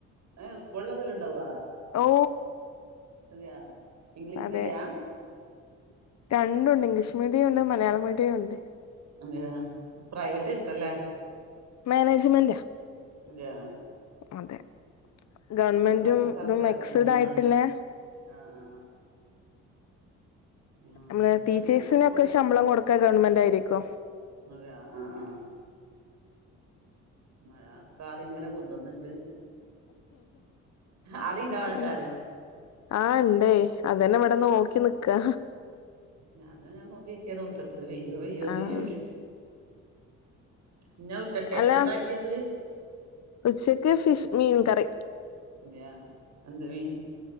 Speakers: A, on the right (about 65°); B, on the left (about 60°).
A: ഹ് സ്കൂൾ അതല്ലോ ണ്ടാവോ
B: ഓ
A: അതയ ഇംഗ്ലീഷ്
B: അതെ
A: മീഡിയാ
B: രണ്ടുണ്ട് ഇംഗ്ലീഷ് മീഡിയം ഉണ്ട് മലയാള മീഡിയം ഉണ്ട്
A: അ പ്രൈവറ്റ് ആരിക്കുംല്ലേ
B: മേനേജ്മെന്റാ
A: അതെയോ
B: അതെ ഗവണ്മെന്റും
A: സർ സർക്കാർ
B: ഇതും മെക്സഡ്
A: ഗവൺ
B: ആയിട്ടിള്ളെ
A: ആ ആ ആ
B: നമ്മള്
A: നമ്മള
B: ടീച്ചേഴ്സിനൊക്കെ
A: ഫുൾ
B: ശമ്പളം കൊടുക്ക ഗവൺമെന്റ് ആയിരിക്കും
A: അതെ ആ ആ ആ മഴക്കാർ ഇങ്ങനെ പൊന്ത്ന്നുണ്ട് ആടെയുണ്ടോ മഴക്കാറ്
B: അന്നെ ആ ഇണ്ടേ അതന്നെ ഇവിടെ നോക്കി നിക്കാ
A: ഞാനും ഞാൻ നോക്കിക്ക മുറ്റത്ത് പെയ്യോ പെയ്യോന്ന്
B: ആഹ്
A: വിചാരിച്ചിട്ട് ഇന്നാ ഉച്ചക്കേക്ക്
B: അല്ല
A: എന്താക്കിയത്
B: ഉച്ചക്ക് ഫിഷ് മീൻ കറി
A: അതെയാ എന്ത്‌ മീൻ